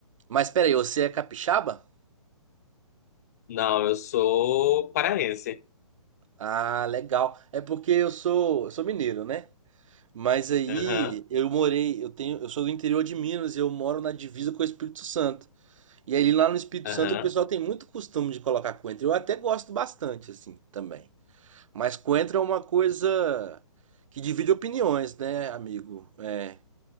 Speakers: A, on the right; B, on the left.
A: Mas peraí, você é capixaba?
B: Não, eu sou paraense.
A: Ah, legal. É porque eu sou, eu sou mineiro, né? Mas aí
B: Aham,
A: eu morei, eu tenho, eu sou do interior de Minas e eu moro na divisa com o Espírito Santo. E aí lá no Espírito
B: aham.
A: Santo o pessoal tem muito costume de colocar coentro. Eu até gosto bastante assim também. Mas coentro é uma coisa que divide opiniões, né, amigo? É,